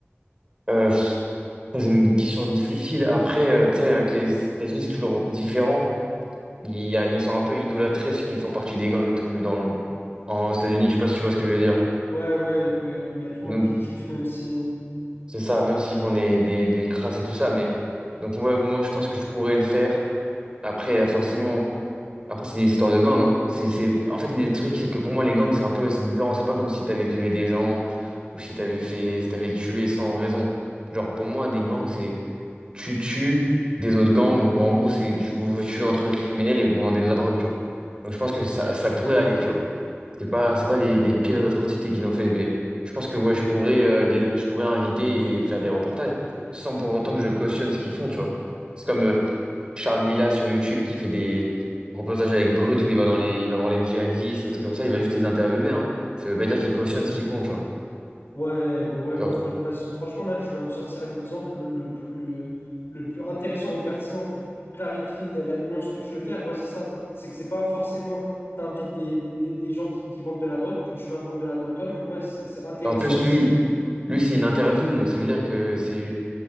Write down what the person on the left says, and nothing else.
Ouais, ouais, que- il y a tout
le monde qui kiffe, même si...
Ouais, bah ouais,
non, franch- bah, sou- franchement, là, tu viens de sortir l'exemple le plus, euh, le plus intéressant et pertinent pour clarifier la, la nuance que tu veux faire. Ouais, c'est ça. C'est que c'est pas forcément t'invites des, des, des, des gens qui, qui vendent de la drogue que tu vas vendre de la drogue toi-même. Ouais, c'est c'est intéressant
aussi.